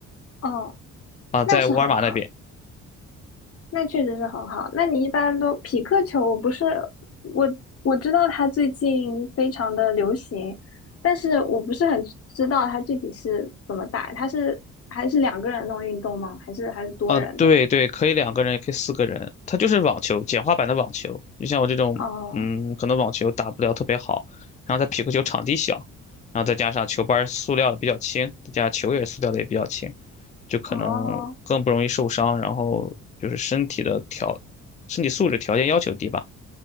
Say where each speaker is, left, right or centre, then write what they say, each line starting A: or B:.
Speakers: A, on the left; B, on the left.
A: 哦，
B: 啊，
A: 那是很好，
B: 在沃尔玛那边。
A: 那确实是很好。那你一般都匹克球？我不是我我知道它最近非常的流行，但是我不是很知道它具体是怎么打。它是还是两个人弄运动吗？还是还是多人的？
B: 啊，对对，可以两个人，也可以四个人，它就是网球，简化版的网球。就像我这种，
A: 哦
B: 嗯，可能网球打不了特别好，然后它匹克球场地小，然后再加上球拍儿塑料的比较轻，再加上球也是塑料的也比较轻，就可能更不容易受伤，
A: 哦
B: 然后就是身体的条，身体素质条件要求低吧。